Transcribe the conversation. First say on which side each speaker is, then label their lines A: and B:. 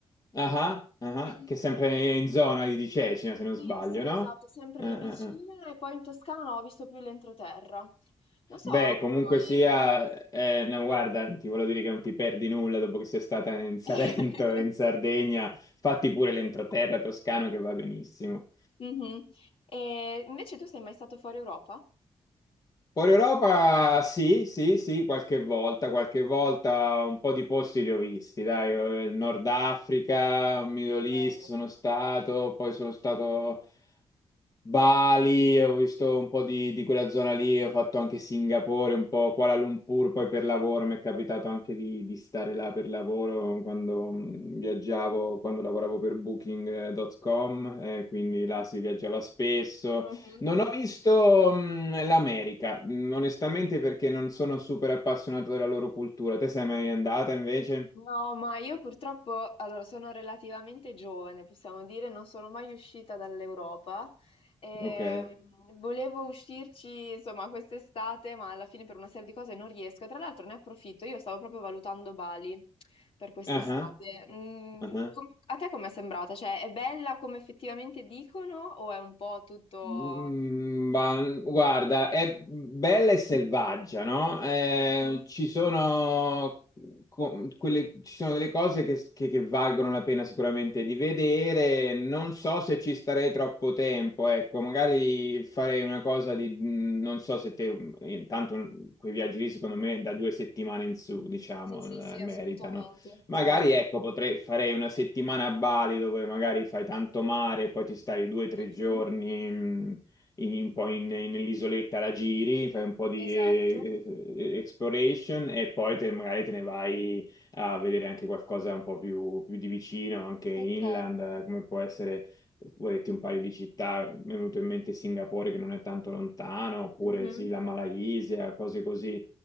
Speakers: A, on the left; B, on the left.
A: Ah, ah, ah,
B: <laughs>
A: ah, che è sempre
B: Eh,
A: in zona lì di Cecina, se non
B: Sì,
A: sbaglio,
B: sì,
A: no?
B: esatto, sempre
A: Ah,
B: lì vicino
A: ah, ah.
B: e poi in Toscana non ho visto più l'entroterra. Non so
A: Beh,
B: come
A: comunque
B: mai
A: sia,
B: non ho...
A: eh, no, guarda, ti voglio dire che non ti perdi nulla dopo che sei stata in Salento,
B: <laughs>
A: <laughs> in Sardegna, fatti pure l'entroterra toscano che va benissimo.
B: Mhm. E invece tu sei mai stato fuori Europa?
A: Fuori Europa, sì, sì, sì, qualche volta, qualche volta un po' di posti li ho visti, dai, eh, Nord Africa, Middle
B: Che bello.
A: East sono stato, poi sono stato Bali, ho visto un po' di, di quella zona lì, ho fatto anche Singapore, un po' Kuala Lumpur, poi per lavoro mi è capitato anche di, di stare là per lavoro quando mh, viaggiavo, quando lavoravo per Booking.com, eh, quindi là si viaggiava spesso.
B: Mhm.
A: Non ho visto mh, l'America, mh, onestamente perché non sono super appassionato della loro cultura. Te sei mai andata invece?
B: No, ma io purtroppo, allora, sono relativamente giovane, possiamo dire, non sono mai uscita dall'Europa. Ehm,
A: Ok.
B: volevo uscirci, insomma, quest'estate, ma alla fine per una serie di cose non riesco. Tra l'altro ne approfitto, io stavo proprio valutando Bali per quest'estate.
A: Ah ah,
B: Mm,
A: ah ah.
B: com- a te com'è sembrata? Cioè, è bella come effettivamente dicono o è un po' tutto...
A: Mm, ma- guarda, è bella e selvaggia, no? Eh,
B: Mhm,
A: ci sono co- quelle, ci sono delle cose che, che- che valgono la pena sicuramente di vedere. Non so se ci starei troppo tempo, ecco, magari farei una cosa di, mm, non so se te, intanto quei viaggi lì secondo me da due settimane in su, diciamo,
B: Sì, sì, sì,
A: eh,
B: assolutamente,
A: meritano. Magari,
B: certo.
A: ecco, potrei farei una settimana a Bali dove magari fai tanto mare, e poi ti stai due o tre
B: Mhm,
A: giorni mh, in, un po' in- in- nell'isoletta, la giri, fai un po' di
B: Esatto.
A: eh, eh, eh, exploration e poi te- magari te ne vai a vedere anche qualcosa un po' più, più di vicino, anche inland,
B: Ok.
A: eh, come può essere, vuoi dirti un paio di città, mi è venuto in mente Singapore che non è tanto lontano, oppure
B: Mhm.
A: sì, la Malaysia, cose così.